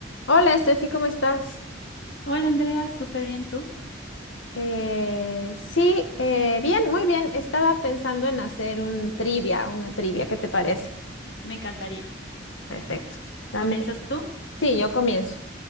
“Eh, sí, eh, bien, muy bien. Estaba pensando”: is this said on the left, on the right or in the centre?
Left